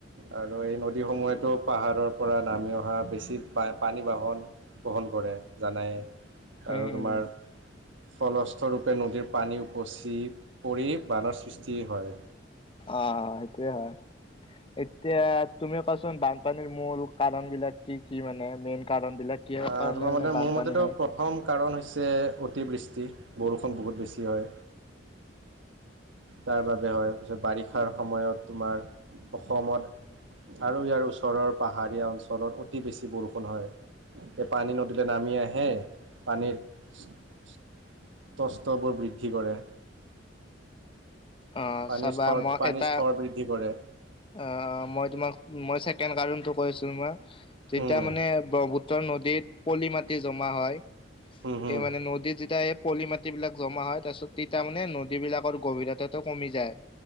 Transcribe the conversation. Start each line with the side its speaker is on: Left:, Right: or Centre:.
Right: আৰু এই নদীসমূহেতো পাহাৰৰ পৰা নামি অহা বেছি পানী বাহন ব্ৰহন কৰে জানাই
Left: উম
Right: আৰু তোমাৰ
Left: উম
Right: ফলস্থৰূপে নদীৰ পানী উপচি পৰি বানৰ সৃষ্টি হয়
Left: অ সেইটোয়ে হয় এতিয়া তুমি কোৱাচোন বানপানীৰ মূল কাৰণ বিলাক কি কি মানে মেইন কাৰণ বিলাক কি
Right: আহ,
Left: কাৰণে
Right: তোমাৰ মতে
Left: মানে
Right: মোৰ
Left: বানপানী
Right: মতেতো
Left: হয়
Right: প্ৰথম কাৰণ হৈছে অতিবৃষ্টি বৰষুণ বহুত বেছি হয় তাৰ বাবে হয় তাৰ পিছত বাৰিষাৰ সময়ত তোমাৰ অসমত আৰু ইয়াৰ ওচৰৰ পাহাৰীয়া অঞ্চলত অতি বেছি বৰষুণ হয় এ পানী নদীলৈ নামি আহে পানীত তস্ত্ৰবোৰ বৃদ্ধি কৰে
Left: অ'
Right: পানীৰ
Left: চাবা
Right: স্তৰ
Left: মই
Right: পানীৰ
Left: এটা
Right: স্তৰ বৃদ্ধি কৰে
Left: অ মই তোমাক মই চেকেণ্ড কাৰণটো কৈছো মই তেতিয়া
Right: উম,
Left: মানে ব্ৰহ্মপুত্ৰ নদীত পলি মাটি জমা হয় এই
Right: হুম হুম
Left: মানে নদী যিটা <unintelligible> এ কলি মাটিবিলাক জমা হয় তাৰপিছত তিতাৰ মানে নদীবিলাকৰ গভীৰতাটো কমি যায়